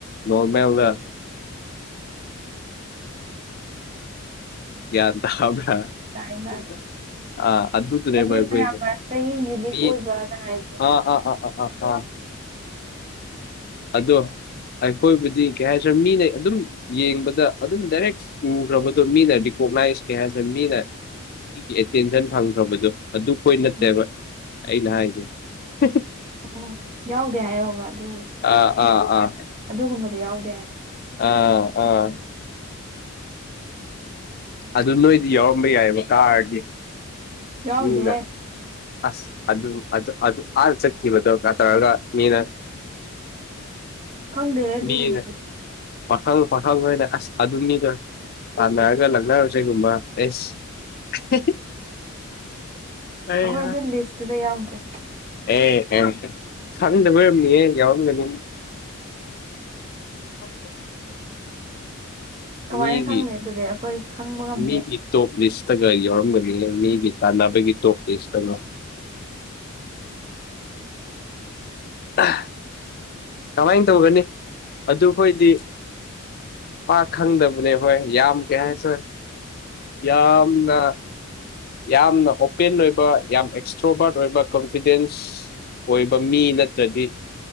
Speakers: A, on the left (about 45°); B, on the right (about 30°).
A: ꯅꯣꯔꯃꯦꯜꯗ ꯌꯥꯟ ꯇꯥꯕ
B: ꯇꯥꯏ ꯇꯥꯏ
A: <unintelligible> ꯑ ꯑꯗꯨꯗꯨꯅꯦꯕ
B: ꯍꯥꯏꯗꯤ
A: ꯑꯩꯈꯣꯏꯖꯦ
B: ꯃꯌꯥꯝ ꯃꯔꯛꯇꯒꯤ ꯌꯨꯅꯤꯛ
A: ꯄꯤ
B: ꯑꯣꯏꯕꯅ ꯍꯥꯏꯕ ꯅꯠꯇ꯭ꯔꯣ
A: ꯑꯥ ꯑꯥ ꯑꯥ ꯑꯥ ꯑꯥ ꯑꯥ ꯑꯗꯣ ꯑꯩꯈꯣꯏꯕꯨꯗꯤ ꯀꯩ ꯍꯥꯏꯁꯤꯔ‌ ꯃꯤꯅ ꯑꯗꯨꯝ ꯌꯦꯡꯕꯗ ꯑꯗꯨꯝ ꯗꯥꯏꯔꯦꯛ ꯎꯈ꯭ꯔꯕꯗꯣ ꯃꯤꯅ ꯔꯤꯀꫭꯛꯅꯥꯏꯁ ꯀꯩ ꯍꯥꯏꯁꯤꯔ ꯃꯤꯅ <unintelligible> ꯑꯦꯇꯦꯟꯁꯟ ꯐꯪꯈ꯭ꯔꯕꯗꯨ ꯑꯗꯨꯈꯣꯏ
B: ꯎꯝ
A: ꯅꯠꯇꯦꯕ ꯑꯩꯅ ꯍꯥꯏꯖꯦ <unintelligible>
B: ꯑꯣ ꯌꯥꯎꯗꯦ ꯍꯥꯏꯌꯣꯕ ꯑꯗꯨ
A: ꯑ ꯑꯥ ꯑꯥ
B: ꯑꯗꯨꯒꯨꯝꯕꯗꯣ ꯌꯥꯎꯗꯦ ꯍꯥꯏꯌꯣꯕ
A: ꯑ ꯑ ꯑꯗꯨ ꯅꯣꯏꯗꯤ ꯌꯥꯎꯔꯝꯕ ꯌꯥꯏꯑꯕ ꯀꯥꯔꯗꯤ
B: ꯌꯥꯎꯗꯦꯍꯦ
A: ꯃꯤꯗꯥ ꯑꯁ ꯑꯗꯨ ꯑꯗꯨ ꯑꯗꯨ ꯑꯥꯗ ꯆꯠꯈꯤꯕꯗꯣ ꯀꯇ꯭ꯔꯗ ꯃꯤꯅ
B: ꯈꯪꯗꯦ ꯑꯗꯨꯒꯨꯝꯕꯗꯤ
A: ꯃꯤꯅ ꯄꯥꯈꯪ ꯄꯥꯈꯪꯈꯣꯏꯅ ꯑꯁ ꯑꯗꯨ ꯃꯤꯗꯣ ꯇꯥꯟꯅꯔꯒ ꯂꯛꯅꯔꯨꯁꯦꯒꯨꯝꯕ ꯑꯦꯁ <unintelligible> ꯑꯩꯍꯥ
B: ꯑꯩꯈꯣꯏ ꯑꯗꯨ ꯂꯤꯁꯇꯨꯗ ꯌꯥꯎꯗ꯭ꯔꯦ
A: ꯑꯦ ꯑꯦꯝꯁꯦ ꯈꯪꯗꯕꯩ ꯑꯣꯏꯔꯝꯅꯤꯍꯦ ꯌꯥꯎꯔꯝꯒꯅꯤ <inaudible>
B: ꯀꯃꯥꯏꯅ
A: ꯃꯤꯒꯤ
B: ꯈꯪꯅꯤ ꯑꯗꯨꯗꯤ ꯑꯩꯈꯣꯏ ꯈꯪꯕ ꯉꯝꯗꯦ
A: ꯃꯤꯒꯤ ꯇꯣꯞ ꯂꯤꯁꯇꯒ ꯌꯥꯎꯔꯝꯒꯅꯤ ꯃꯤꯒꯤ ꯇꯥꯟꯅꯕꯒꯤ ꯇꯣꯞ ꯂꯤꯁꯇꯀꯣ ꯑꯍꯥ ꯀꯃꯥꯏꯅ ꯇꯧꯒꯅꯤ ꯑꯗꯨ ꯈꯣꯏꯗꯤ ꯄꯥꯛ ꯈꯪꯗꯕꯅꯦ ꯍꯣꯏ ꯌꯥꯝ ꯀꯩ ꯍꯥꯏꯁꯦꯔ ꯌꯥꯝꯅ ꯌꯥꯝꯅ ꯑꯣꯄꯦꯟ ꯑꯣꯏꯕ ꯌꯥꯝ ꯑꯦꯛꯁꯇ꯭ꯔꯣꯕꯥꯔꯠ ꯑꯣꯏꯕ ꯀꯣꯟꯐꯤꯗꯦꯟꯁ ꯑꯣꯏꯕ ꯃꯤ ꯅꯠꯇ꯭ꯔꯗꯤ